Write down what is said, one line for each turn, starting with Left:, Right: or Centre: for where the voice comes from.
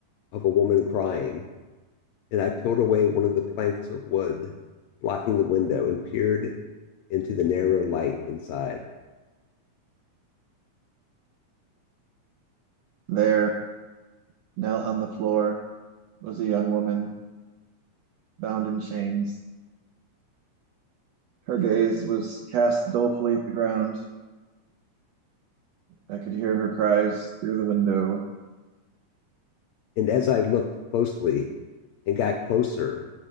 Left: of a woman crying, and I peeled away one of the planks of wood blocking the window and peered into the narrow light inside.
Right: There, knelt on the floor, was a young woman bound in chains. Her gaze was cast dolefully at the ground. I could hear her cries through the window.
Left: And as I looked closely and got closer,